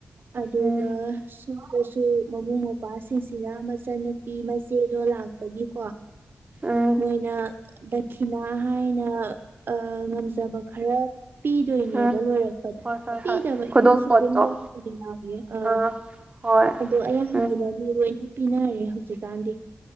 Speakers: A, on the right (about 65°); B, on the right (about 30°).
A: ꯑꯗꯨꯒ
B: ꯎꯝ ꯎꯝ
A: ꯁꯒꯁꯨ ꯃꯕꯨꯡ ꯃꯧ꯭ꯋꯥꯁꯤꯡꯁꯤꯅ ꯃꯆꯟꯅꯨ ꯄꯤ ꯃꯆꯦꯗꯣ ꯂꯥꯛꯄꯒꯤꯀꯣ
B: ꯎꯝ
A: ꯃꯣꯏꯅ ꯗꯈꯤꯅꯥ ꯍꯥꯏꯅ ꯉꯝꯖꯕ ꯈꯔ ꯄꯤꯗꯣꯏꯅꯦꯕ
B: ꯎꯝ
A: ꯂꯣꯏꯔꯛꯄꯗ
B: ꯍꯣꯏ ꯍꯣꯏ
A: ꯄꯤꯗꯕ
B: ꯍꯣꯏ ꯈꯨꯗꯣꯜꯄꯣꯠꯇꯣ
A: ꯏꯃꯨꯡꯁꯨ ꯑꯗꯨꯝ ꯌꯥꯎꯔꯛꯄꯗꯤ ꯌꯥꯎꯏꯦ ꯑ
B: ꯑꯥ ꯍꯣꯏ
A: ꯑꯗꯣ ꯑꯌꯥꯝꯕꯅꯗꯤ
B: ꯎꯝ
A: ꯂꯣꯏꯅ ꯄꯤꯅꯔꯦ ꯍꯧꯖꯤꯛꯀꯥꯟꯗꯤ